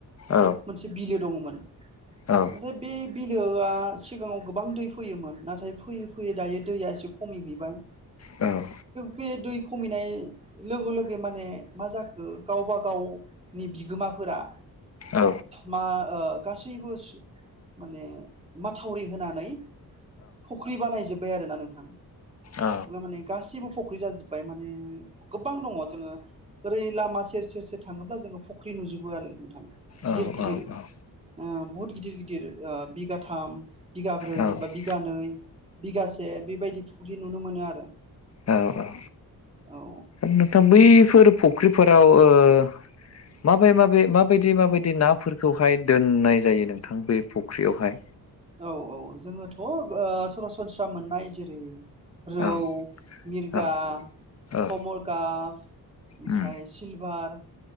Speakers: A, on the left; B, on the right.
A: औ
B: मोनसे बिलो दङ'मोन नाथाय
A: औ
B: बे बिलोआ सिगाङाव गोबां दै फै फैयोमोन नाथाय फैयै फैयै दायो दैया एसे खमैहैबाय
A: औ
B: बे दै खमायनाय लोगो लोगो माने मा जाखो गावबा गाव नि बिगोमाफोरा
A: औ
B: मा ओ गासैबो माने माथावरि होनानै फख्रि बानायजोब्बाय आरो ना नोंथां।
A: औ
B: माने गासैबो फख्रि जाजोब्बाय माने गोबां दङ' जोङो ओरै लामा सेर सेर सेर थाङोब्ला जोङो फख्रि नुजोबो आरो नोंथां। गिदिर
A: औ
B: गिदिर
A: औ औ।
B: ओ बुहुद गिदिर गिदिर ओ बिगाथाम बिगाब्रै
A: औ
B: बा बिगानै, बिगासे बेबायदि फुख्रि नुनो मोनो आरो
A: औ औ औ
B: औ
A: नोंथां बैफोर फुख्रिफोराव ओ माबे माबे माबायदि माबायदि नाफोरखौहाय दोननाय जायो नोंथां बे फुख्रियावहाय?
B: औ औ जोङोथ' ओ सरासनस्रा मोननाय जेरै- रौ,
A: औ
B: मिरगा,
A: औ औ
B: कमल काफ ओमफ्राय
A: उम
B: सिलभार,